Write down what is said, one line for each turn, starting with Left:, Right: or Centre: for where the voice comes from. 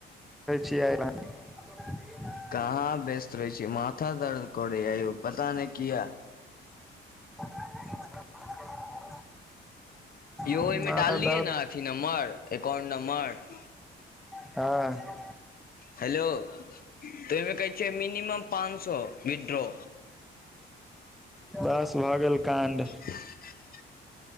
Centre: छिये आय <unintelligible> <unintelligible>
Left: कहाँ व्यस्त रहै छी माथा दर्द करैए यौ पता नहि किया
Centre: <unintelligible>
Left: यो
Centre: माथा
Left: एमे डाल लिए
Centre: दर्द
Left: नऽ अथथि नम्बर एकाउंट नम्बर
Centre: हँ
Left: हेलो तऽ ओहिमे कहै छियै मिनिमम पाँच सए विथड्रो
Centre: बस भऽ गेल काण्ड
Left: <unintelligible>